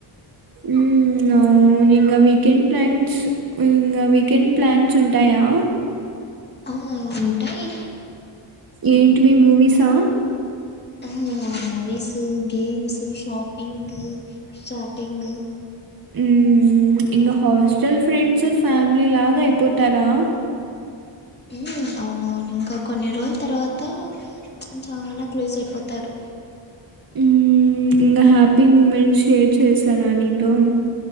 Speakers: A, on the right; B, on the left.
A: ఉమ్మ్ అవ్నింగా వీకెండ్ ప్లాన్స్ ఇంగా వీకెండ్ ప్లాన్స్ ఉంటాయా
B: ఆ ఉంటయ్
A: ఏంటివి మూవీసా
B: ఆ మూవీసూ గేమ్సు షాపింగు షార్టింగు
A: ఉమ్మ్ ప్చ్ ఇంగ హాస్టల్ ఫ్రెండ్సు ఫ్యామిలీ లాగా అయిపోతరా
B: ఉమ్ అవునవును ఇంకా కొన్ని రోజుల్ తర్వాత ప్చ్ చాన క్లోజ్ అయిపోతారు
A: ఉహ్ ఇంకా హ్యాపీ మూమెంట్ షేర్ చేసానా నీతో